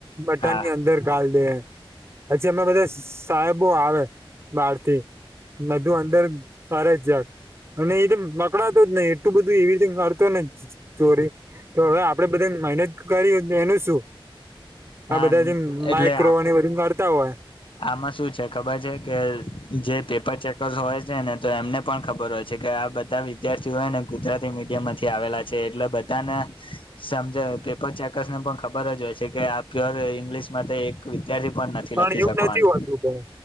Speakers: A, on the right; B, on the left.
A: બટનની
B: હા
A: અંદર ગાલ દે પછી અમે બધા સાહેબો આવે બારથી બધું અંદર ફરે જક અને એ જેમ પકડાતો જ નઈ એટલું બધું એવી રીતે કરતો ને ચોરી તો હવે આપડે બધા મહેનત કરી એનું શું
B: હા
A: આ બધાથી માઈક્રોની
B: એટલે
A: વરિંગ કરતા હોય.
B: આમાં શું છે ખબર છે કે જે પેપર ચેકર્સ હોય છે ને તો એમને પણ ખબર હોય છે. કે આ બધા વિદ્યાર્થીઓને ગુજરાતી મીડિયમ માંથી આવેલા છે એટલે બધાને સમજણ પેપર ચેકર્સને પણ ખબર જ હોય છે કે આ પ્યોર ઇંગ્લિશ માટે એક વિદ્યાર્થી પણ નથી.
A: પણ
B: લખી
A: એવું
B: શકવાનો
A: નથી હોતું પણ